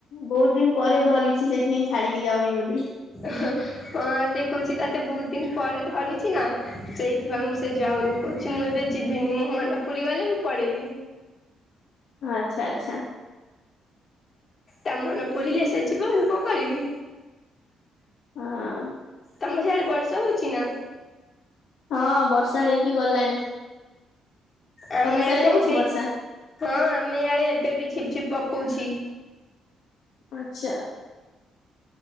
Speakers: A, on the left; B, on the left.
A: ବହୁତ ଦିନ ପରେ ଧରିଛି ସେଇଥିପାଇଁ ଛାଡିକି ଯାଉନି ବୋଧେ?
B: ହଁ ହଁ ସେ କହୁଛି ତାତେ ବହୁତ ଦିନ ପରେ ଧରିଛି ନା ସେଇଥିପାଇଁ ମୁଁ ସେ ଯାଉନି। କହୁଛି ମୁଁ ଏବେ ଯିବିନି ମୋ ମନେ ପୁରି ଗଲେ ମୁଁ ପଳେଇବି।
A: ଆଛା ଆଚ୍ଛା
B: ତା ମନେ ପୁୁରିଲେ ସେ ଯିବ ମୁ କଣ କରିବି?
A: ହଁ
B: ତମ ସିଆଡ଼େ ବର୍ଷ ହଉଛି ନା?
A: ହଁ ବର୍ଷା ହେଇକି ଗଲାଣି।
B: ଆମ
A: ତମେ
B: ୟଡେ
A: ସିଆଡେ ହଉଛି
B: ତ ଏବେ
A: ବର୍ଷା?
B: ହଁ ଆମେ ୟାଡେ ଏବେ ବି ଝିପଝପ ପକଉଛି।
A: ଆଛା